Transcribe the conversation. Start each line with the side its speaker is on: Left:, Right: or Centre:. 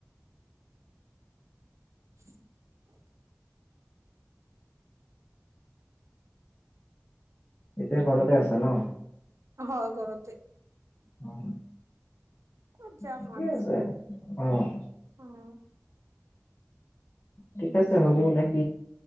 Right: <unintelligible>
Left: এতিয়া ঘৰতে আছা ন
Right: হয় ঘৰতে
Left: অহ
Right: ক'ত যাম
Left: ঠিকেই
Right: আৰু
Left: আছে অহ
Right: উম,
Left: ঠিক আছে হ'ব নে